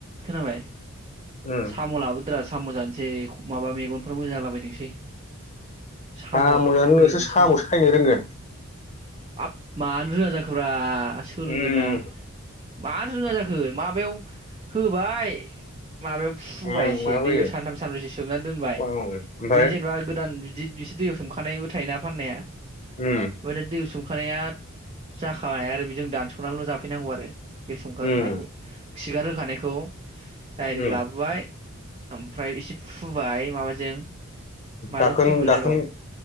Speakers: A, on the right (about 25°); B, on the left (about 30°).
A: खोनाबाय
B: उम
A: साम' लाबोदो रा साम' जानोसै माबा मेगनफोर मोजां जालाबायथोंसै साम'
B: साम'आनो नोंसो
A: दैनि साम'
B: सायनो रोंगोन
A: आप मानो रोङा जाखो फुरा आं सोलोंगोना
B: उम
A: मा रोङा जाखो माबायाव होबाय माबायाव फुबाय
B: उम
A: एसे
B: मा होयो
A: दैयाव सानथाम सानब्रैसो सोबनानै दोनबाय
B: उम ओमफ्राय
A: बे जेनेबा गोदान बिदि बिसोर दैयाव सोमखानायबो थायोना फाननाया ओमफाय
B: उम
A: दा दैयाव सोम खानाया जाखाबाय आरो बेजों दानस'नानैल' जाफैनांगौ आरो बे संगारखानायखौ
B: उम
A: खिगार होखानायखौ डाइरेक्ट
B: उम
A: लाबोबाय ओमफ्राय इसे फुबाय माबाजों माजों
B: दाखोन
A: फुयोमोनलाय
B: दाखोन
A: र'